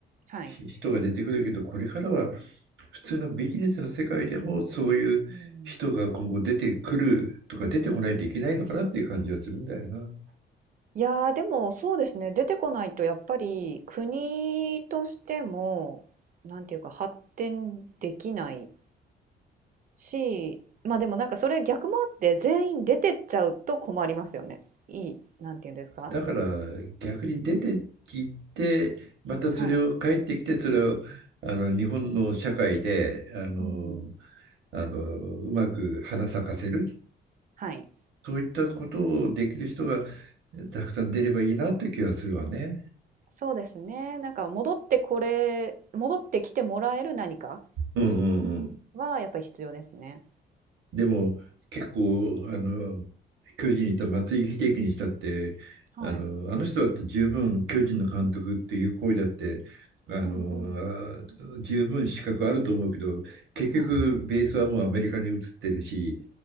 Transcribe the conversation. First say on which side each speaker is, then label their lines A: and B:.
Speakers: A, on the right; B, on the right.
A: はい。
B: ひ人が出てくるけど、これからは普通のビジネスの世界でもそういう人が今後出てくるとか出てこないといけないのかなっていう感じはするんだよな。
A: うん、いやーでもそうですね出てこないとやっぱり国としてもなんていうか発展できないしまあでもなんかそれ逆もあって全員出てっちゃうと困りますよねいいなんていうんですか
B: だから逆に出て行って、またそれを帰ってきて、
A: はい、
B: それをあの日本の社会であの
A: うん、
B: あのうまく花咲かせる、
A: はい
B: そういったことをできる人がたくさん出ればいいなって気がするわね。
A: そうですねなんか戻ってこれ戻ってきてもらえる何か
B: うんうんうん
A: はやっぱり必要ですね
B: でも結構あの巨人にいた松井秀喜にしたってあの、
A: はい
B: あの人だって十分巨人の監督っていう行為だってあのあ十分資格あると思うけど結局ベースはもうアメリカに移ってるし
A: うんうんはい